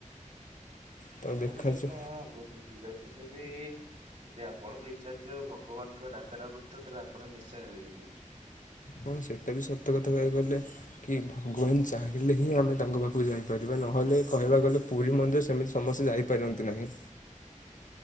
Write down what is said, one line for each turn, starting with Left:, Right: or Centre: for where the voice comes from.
Right: ଭିଡ
Left: ତ ଦେଖାଯାଉ
Right: ହେଲେ କଣ ହବ ଭିଡଥିଲେ ବି ଯଦି ଆପଣଙ୍କ ଇଚ୍ଛା ଥିବ ଭଗବାନଙ୍କ ଡାକରା ପଡଥିବ ତାହେଲେ ଆପଣ ନିଶ୍ଚୟରେ ଯିବେ।
Left: ହଁ ସେଇଟା ବି ସତ କଥା କହିବାକୁ ଗଲେ କି ଭଗବାନ ଚାହିଁଲେ ହିଁ ଆମେ ତାଙ୍କ ପାଖକୁ ଯାଇପାରିବା ନହେଲେ କହିବାକୁ ଗଲେ ପୁରୀ ମନ୍ଦିର ସେମିତି ସମସ୍ତେ ଯାଇପାରନ୍ତି ନାହିଁ।